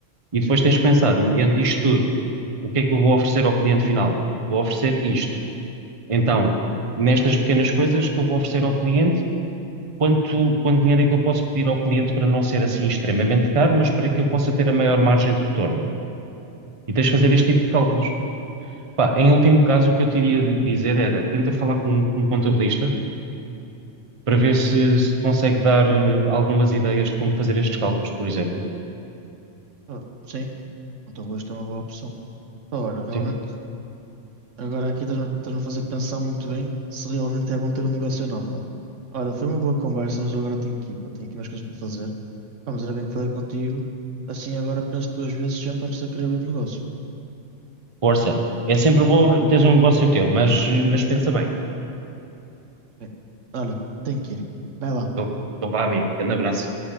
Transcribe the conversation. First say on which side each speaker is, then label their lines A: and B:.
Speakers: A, on the right; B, on the right.
A: E
B: Sim.
A: depois tens que pensar, mediante isto tudo, o que é que eu vou oferecer ao cliente final? Vou oferecer isto. Então, nestas pequenas coisas que eu vou oferecer ao cliente, quanto, quanto dinheiro é que eu posso pedir ao cliente para não ser assim extremamente caro, mas para que eu possa ter a maior margem de retorno? E tens de fazer este tipo de cálculos. Pá, em último caso, o que eu te iria di- dizer era, tenta falar com com um contabilista para ver se, se consegue dar eh, algumas ideias de como fazer estes cálculos, por exemplo.
B: Ah, sim. Então, vou isto é uma boa opção. Pá, olha, realmente,
A: Sim.
B: agora aqui estás-me estás-me a fazer pensar muito bem se realmente é bom ter um negócio ou não, pá. Olha, foi uma boa conversa, mas eu agora tenho que ir, pá. Tenho aqui umas coisas para fazer. Pá, mas era bem que falei contigo. Assim, agora penso duas vezes sempre antes de querer abrir um negócio.
A: Força. É sempre bom teres um negócio teu, mas, eh, mas pensa bem.
B: Bem, olha, tenho que ir. pá. Vai lá.
A: Então, então vá, amigo. Grande abraço.